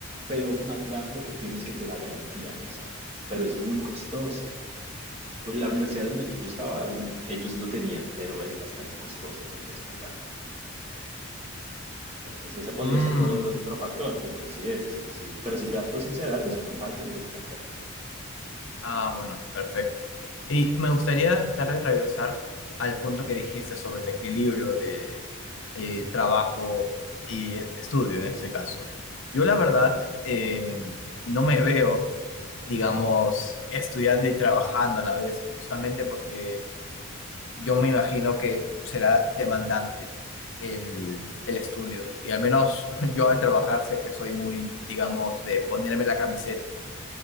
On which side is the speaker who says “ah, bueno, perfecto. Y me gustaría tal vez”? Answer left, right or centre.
Left